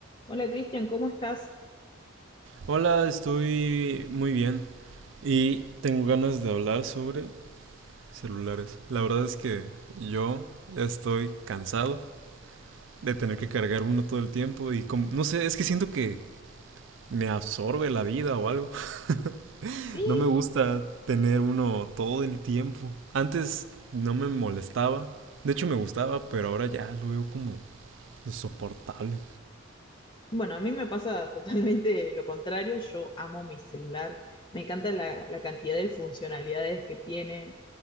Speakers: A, on the left (about 25°); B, on the right (about 65°).
A: Hola Cristian, ¿cómo estás?
B: Hola, estoy muy bien y tengo ganas de hablar sobre celulares. La verdad es que yo ya estoy cansado de tener que cargar uno todo el tiempo y como- no sé, es que siento que me absorbe la vida o algo. <laughs>
A: Sí,
B: No me gusta tener uno todo el tiempo. Antes no me molestaba, de hecho me gustaba, pero ahora ya lo veo como insoportable.
A: bueno, a mí me pasa <laughs> totalmente lo contrario, yo amo mi celular, me encanta la, la cantidad de funcionalidades que tiene,